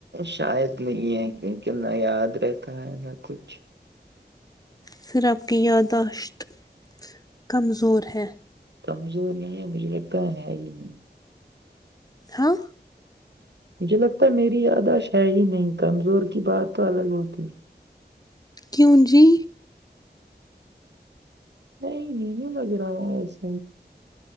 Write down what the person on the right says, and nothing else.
شاید نہیں ہے کیونکہ نہ یاد رہتا ہے نہ کچھ
کمزور نہیں ہے مجھے لگتا ہے ہی نہیں
مجھے لگتا ہے میری یاداش ہے ہی نہیں کمزور کی بات تو الگ ہوتی
نہیں نہیں لگ رہا ہے ایس